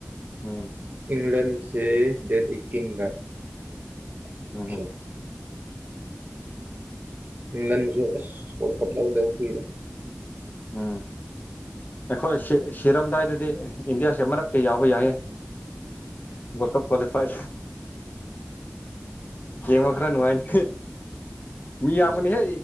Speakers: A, on the left; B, on the right.
A: ꯎꯝ
B: ꯏꯪꯂꯟꯁꯦ ꯗꯦꯠ ꯑꯩꯠꯇꯤꯟꯗ ꯑꯆꯥ
A: ꯎꯝ
B: <unintelligible> ꯏꯡꯂꯟꯁꯨ ꯑꯁ ꯋꯥꯔꯜ ꯀꯞ ꯂꯧꯗꯕ ꯀꯨꯢꯔꯦ
A: ꯎꯝ ꯑꯩꯈꯣꯏ <unintelligible> ꯁꯤꯔꯝꯗꯥꯏꯗꯗꯤ ꯏꯟꯗꯤꯌꯥꯁꯦ ꯃꯔꯛꯇꯤ ꯌꯥꯎꯕ ꯌꯥꯏꯌꯦ ꯋꯥꯔꯜ ꯀꯞ ꯀ꯭ꯋꯥꯂꯤꯐꯥꯏ ꯌꯦꯡꯕ ꯈꯔꯥ ꯅꯨꯡꯉꯥꯏꯅꯤ ꯃꯤ
B: ꯎꯝ
A: ꯌꯥꯝꯒꯅꯤ ꯍꯦ